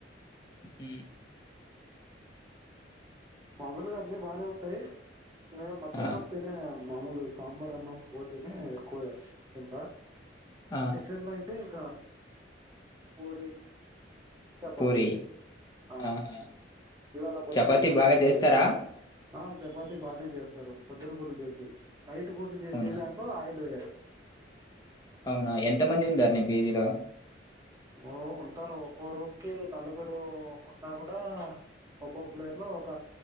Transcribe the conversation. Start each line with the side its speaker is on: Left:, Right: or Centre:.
Left: హుమ్
Right: మామూలుగా అన్నిీ బానే ఉంటాయి నే మధ్యాహ్నం
Left: ఆ
Right: తిిన మామూలు సాంబార్ అన్నం పోటీనే ఎక్కువే తింట
Left: ఆ
Right: టిఫిన్ లో అయితే ఇకా పూరి చపాతి
Left: పూరి
Right: ఆ
Left: ఆహా
Right: ఇవాళ పొద్దున్న
Left: చపాతి బాగా చేస్తారా
Right: చేసిన ఆ చపాతి బాగానే చేస్తారు పొద్దున పూట చేసేది నైట్ పూట చేసే
Left: అవునా
Right: దాంట్లో ఆయిల్ వేయరు
Left: అవునా ఎంత మంది ఉన్నారుా నీ పీజీలో
Right: ఓ ఉంటారు ఒక్కో రూమ్ కి నలుగురు ఉన్నా కూడా ఒకక్కో ఫ్లేయర్ లో ఒక